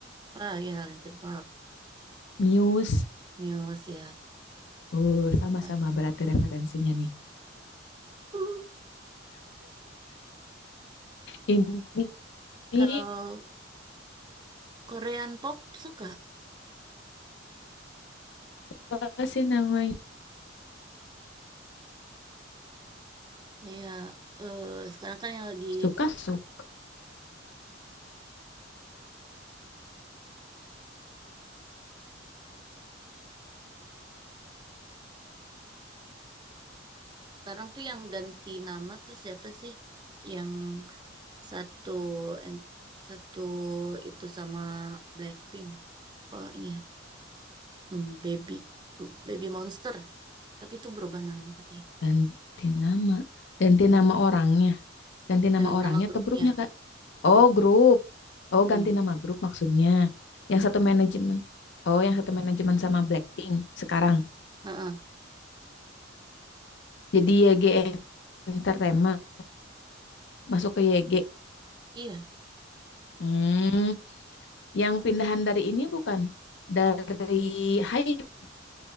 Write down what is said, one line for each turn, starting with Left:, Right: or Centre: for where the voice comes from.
Right: Ah ya Linkin Park,
Left: Muse.
Right: Muse ya.
Left: Oh, sama-sama
Right: Ka-
Left: berarti referensinya nih.
Right: Hmm,
Left: Ini ini
Right: Kalau Korean pop suka
Left: apa sih namanya?
Right: kayak eh, sekarang kan yang lagi
Left: Suka-suka.
Right: sekarang tuh yang ganti nama tuh siapa sih? Yang Satu en- satu itu sama Blackpink. Oh ini ya, hmm, Baby Baby Monster. Tapi itu berubah nama katanya.
Left: Ganti nama. Ganti nama orangnya. Ganti nama
Right: Eh,
Left: orangnya
Right: nama grupnya.
Left: atau grupnya Kak?
Right: Nama
Left: Oh,
Right: gru-
Left: grup. Oh,
Right: Mm-mm,
Left: ganti nama grup maksudnya.
Right: ya.
Left: Yang satu manajemen. Oh, yang satu manajemen sama Blackpink sekarang.
Right: Heeh.
Left: Jadi YG Entertainment. Masuk ke YG.
Right: Iya,
Left: Hmm, yang pindahan dari ini bukan? Dari Hype,